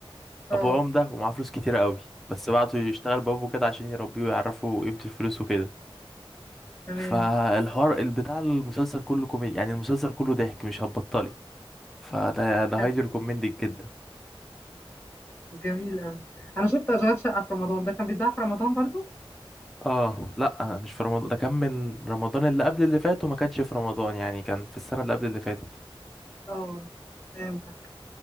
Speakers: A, on the left (about 25°); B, in the centre.
A: اه
B: أبوه عمدة ومعاه فلوس كتيرة قوي بس بعته يشتغل بابه كده عشان يربيه ويعرفه قيمة الفلوس وكده
A: تمام
B: فالحوار البتاع المسلسل كله كوميدي يعني المسلسل كله ضحك مش هتبطلي فده ده
A: حلو
B: هايلي ريكومندد جدا
A: جميل قوي انا شفت اشغال شقة في رمضان ده كان بيتذاع في رمضان برضو
B: اه لا مش في رمضان ده كان من رمضان اللي قبل اللي فات وما كانش في رمضان يعني كان في السنة اللي قبل اللي فاتت دي.
A: اه فهمتك